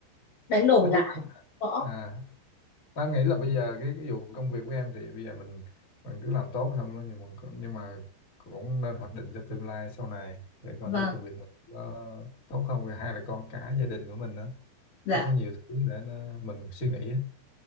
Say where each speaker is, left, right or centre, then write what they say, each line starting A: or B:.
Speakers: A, on the left; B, on the left.
A: đánh đổi
B: nói
A: lại
B: chung anh
A: bỏ.
B: à, Nam nghĩ là bây giờ cái cái vụ công việc của em thì bây giờ mình mình cứ làm tốt xong rồi nhưng mà nhưng mà cũng nên hoạch định cho tương lai sau này để coi
A: Vâng,
B: thử công việc mình có tốt không rồi hai là con cái gia đình của mình nữa
A: dạ,
B: nó có nhiều thứ để nó, mình suy nghĩ á.